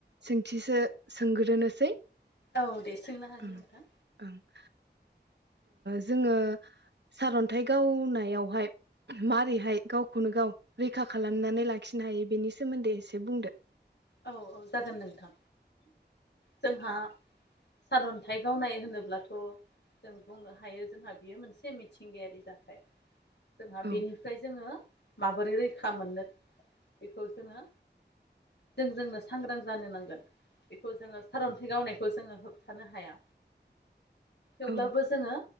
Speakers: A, on the right; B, on the left.
A: सोंथिसो सोंग्रोनोसै
B: औ दे। सोंनो हागोन
A: ओं
B: नोंथां।
A: ओं ओ जोंङो सारन्थाइ गावनायावहाय मारैहाय गावखौनो गाव रैखा खालामनानै लाखिनो हायो बेनि सोमोन्दै एसे बुंदो।
B: औ औ जागोन नोंथां जोंहा सारन्थाइ गावनाय होनोब्लाथ' जों बुंनो हायो जोंहा बियो मोनसे मिथिंगायारि जाथाय जोंहा
A: औ
B: बेनिफ्राय जोङो माबोरै रैखा मोननो बेखौ जोङो जों जोंनो सांग्रां जानो नांगोन बेखौ जोङो सारन्थाइ गावनायखौ जोङो होबथानो हाया थेवब्लाबो
A: औ
B: जोङो